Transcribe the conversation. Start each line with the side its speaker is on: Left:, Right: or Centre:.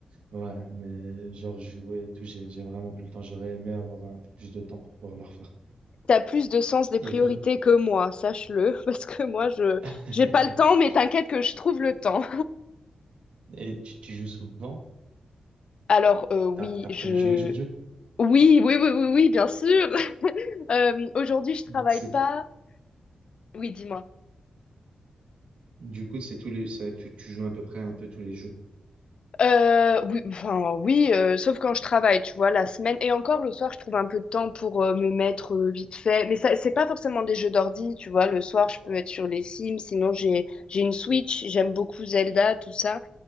Right: Ouais, mais genre jouer et tout, j'ai, j'ai vraiment plus le temps. J'aurais aimé avoir un peu plus de temps pour pouvoir le refaire.
Left: t'as plus de sens des
Right: Et
Left: priorités
Right: toi,
Left: que moi, sache-le, <laughs> parce que moi, je
Right: <laughs>
Left: j'ai pas le temps, mais t'inquiète que je trouve le temps.
Right: et tu, tu joues souvent?
Left: Alors, euh, oui,
Right: T'as, t'as prévu
Left: je...
Right: de jouer aujourd'hui?
Left: Oui, oui, oui, oui, oui, bien sûr. <laughs> Euh, aujourd'hui, je travaille
Right: C'est,
Left: pas. Oui, dis-moi.
Right: du coup, c'est tous les, ça, tu, tu joues à peu près un peu tous les jours.
Left: Euh, oui, enfin oui, euh, sauf quand je travaille, tu vois, la semaine et encore le soir, je trouve un peu de temps pour euh, me mettre euh, vite fait. Mais ça, c'est pas forcément des jeux d'ordi, tu vois. Le soir, je peux être sur les Sims. Sinon, j'ai j'ai une Switch. J'aime beaucoup Zelda, tout ça.